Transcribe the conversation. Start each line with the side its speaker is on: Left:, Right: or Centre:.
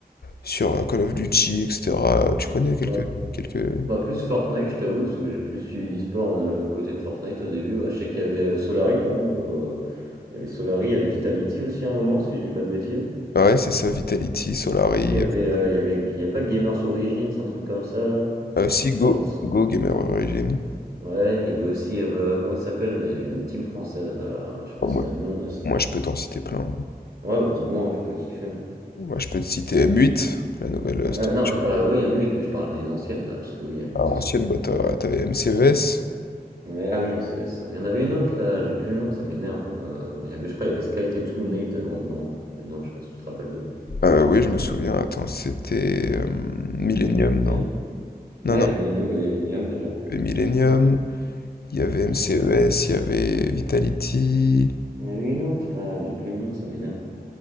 Left: sur euh, Call of Duty, etc. Tu connais quelques,
Right: Bah,
Left: quelques...
Right: bah, plus Fortnite, je t'avoue, parce que j'ai plus suivi l'e-sport euh, côté de Fortnite au début. Bah, je sais qu'il y avait euh, Solary quand même. euh, il y avait Solary, il y avait Vitality aussi à un moment, si je dis pas de bêtises.
Left: Ouais, c'est ça, Vitality, Solari,
Right: Après, il y
Left: enfin,
Right: avait, euh, il y avait, il y avait pas Gamers Origins, un truc comme ça là.
Left: euh,
Right: Voilà,
Left: si,
Right: plus
Left: Go,
Right: à l'ancienne.
Left: Go Gamer Origin.
Right: Ouais, il y avait aussi, euh, comment il s'appelle là? Il y avait une autre team française là. Je sais pas
Left: Oh,
Right: si
Left: moi,
Right: t'as le nom là. c'est-
Left: moi, je peux t'en citer plein.
Right: Ouais, bah dis-moi, hein, fais-toi kiffer. hein.
Left: Moi, je peux te citer M8, la nouvelle euh,
Right: Ouais,
Left: structure.
Right: non, mais je parle, oui, il y a M8, mais je parle des anciennes là, parce que oui, il y a M8,
Left: Alors,
Right: c'est
Left: ancienne
Right: sûr.
Left: boîte, à- t'avais MCES.
Right: Ouais, ah oui, MCES, c'est vrai. Il y en avait une autre là, j'ai plus le nom, ça m'énerve. Euh, il y avait, je crois, il y avait Sky Tattoo, Nate avant devant, dedans, je sais pas si tu te rappelles d'eux.
Left: Euh, oui, je me souviens. Attends, c'était euh, Millennium,
Right: Je sais plus te dire.
Left: non? Non,
Right: Ouais,
Left: non.
Right: Millennium, bah il y avait Millennium déjà.
Left: Il y avait Millennium, il y avait MCES,
Right: Je sais-
Left: il y avait Vitality.
Right: Il y en avait une autre là, j'ai plus le nom, ça m'énerve.